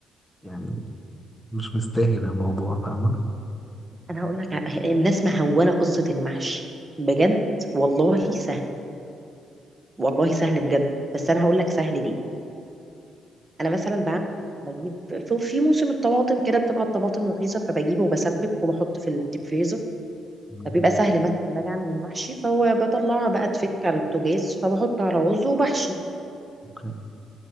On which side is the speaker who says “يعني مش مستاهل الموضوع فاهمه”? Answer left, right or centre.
Centre